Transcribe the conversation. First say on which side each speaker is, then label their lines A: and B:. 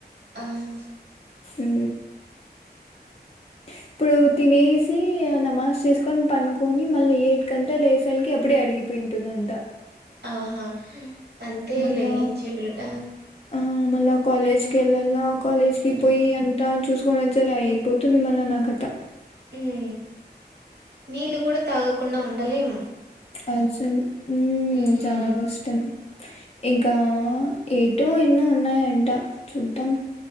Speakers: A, on the right (about 75°); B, on the left (about 35°).
A: అవును
B: ఉ ఇప్పుడు తినేసి నమాజ్ చేసుకొని పనుకొని మళ్ళ ఏట్కంతా లేసలకి అప్పుడే అరిగిపోయింటుందంత
A: ఆహా అంతే
B: మళ్ళా
A: లే ఏం చెపలట
B: ఆ మళ్ళా కాలేజ్ కెళ్ళాళా కాలేజ్ కి
A: ఉమ్
B: పొయ్యి అంతా చూసుకోని వచ్చేలా అయిపోతుంది మళ్ళ నా కథ
A: ఉ నీళ్లు కూడా తాగకుండా ఉండలేమ
B: అసలు
A: ఉమ్
B: చనాా కష్టం ఇంకా ఎటో ఎన్నో ఉన్నాయంట చూద్దాం